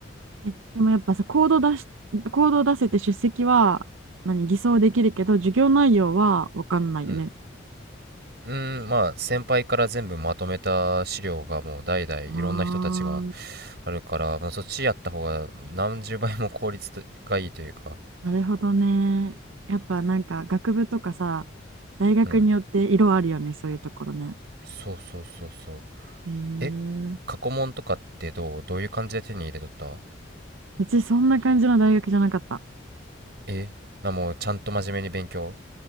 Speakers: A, on the right (about 85°); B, on the right (about 55°).
A: ーえ、でもやっぱさ、コード出し、コードを出せて出席は、何、偽装できるけど、授業内容は分かんないよね。
B: うんうん、まあ先輩から全部まとめた資料がもう代々いろんな人たちが
A: ああ、
B: あるから、まあ、そっちやった方が何十倍も効率とがいいというか、
A: なるほどね。やっぱなんか学部とかさ、大学によって色あるよね、
B: うん、
A: そういうところね。
B: そうそうそうそう。
A: へえ。
B: え、過去問とかってどう、どういう感じで手に入れとった
A: うちそんな感じの大学じゃなかった。
B: え、なもうちゃんと真面目に勉強